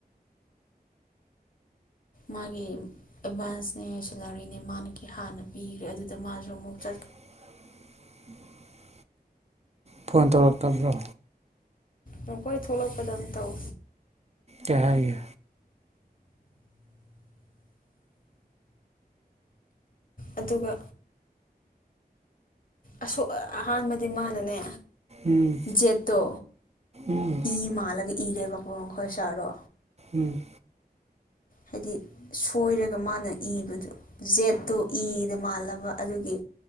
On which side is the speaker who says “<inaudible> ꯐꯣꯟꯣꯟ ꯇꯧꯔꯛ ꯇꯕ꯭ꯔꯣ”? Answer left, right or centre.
Right